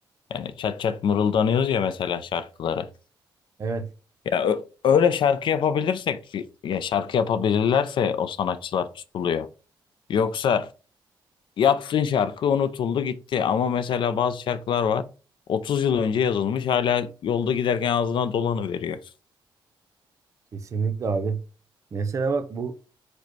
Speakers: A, on the left; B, on the right.
A: Yani çat çat mırıldanıyoruz ya mesela şarkıları.
B: Evet.
A: Ya ö- öyle şarkı yapabilirsek, ya şarkı yapabilirlerse o sanatçılar tutuluyor. Yoksa yaptığın şarkı unutuldu gitti. Ama mesela bazı şarkılar var. 30 yıl önce yazılmış hala yolda giderken ağzına dolanıveriyor.
B: Kesinlikle abi. Mesela bak bu